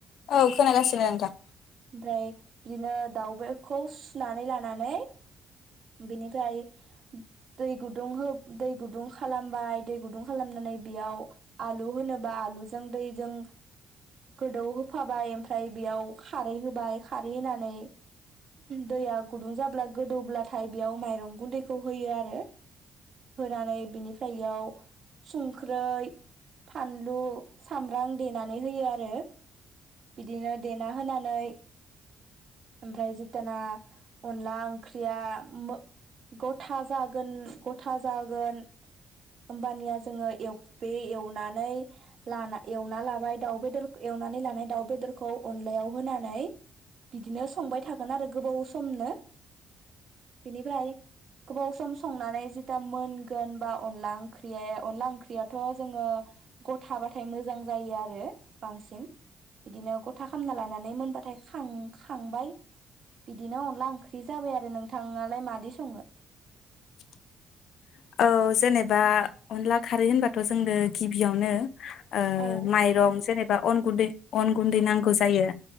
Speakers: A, on the left (about 75°); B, on the right (about 55°).
A: औ खोनागासिनो नोंथां।
B: इमफ्राय बिदिनो दाउ बेदरखो सुनानै लानानै बिनिफ्राय दै गुदुं हो दै गुदुं खालामबाय दै गुदुं खालामनानै बेयाव आलु होनोबा आलुजों दैजों गोदौ होफाबाय ओमफ्राय बेयाव खारै होबाय खारै होनानै दया गुुदुं जाब्ला गोदौब्लाथाय बेयाव माइरं गुनदैखौ होयो आरो होनानै बिनिफ्राय इयाव संख्रै फानलु सामब्राम देनानै होयो आरो बिदिनो ना होनानै ओमफ्राय जित्याना अनला ओंख्रिया मो गथा जागोन गथा जागोन होम्बानिया जोङो बे एवनानै लाना एवना लाबाय दाउ बेदर एवनानै लानाय दाउ बेदरखौ अनलायाव होनानै बिदिनो संबाय थागोन आरो गोबाव समनो बिनिफ्राय गोबाव सम संनानै जिता मोनगोन बा अनला ओंख्रिया अनला ओंख्रियाथ' जोङो गथाबाथाय मोजां जायो आरो बांसिन बिदिनो ग था खालामना लानानै मोनबाथाय खां-खांबाय बिदिनो अनला ओंख्रि जाबाय आरो नोंथाङालाय मादै सङो
A: <unintelligible> औ जेनेबा अनला खारै होनबाथ' जोङो गिबियावनो ओ
B: औ
A: माइरं जेनेबा अन गुन्दै अन गुन्दै नांगौ जायो।